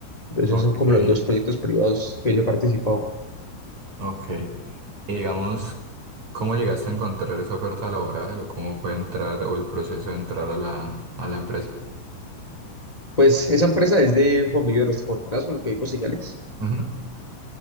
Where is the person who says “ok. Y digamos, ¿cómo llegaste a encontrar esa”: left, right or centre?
Right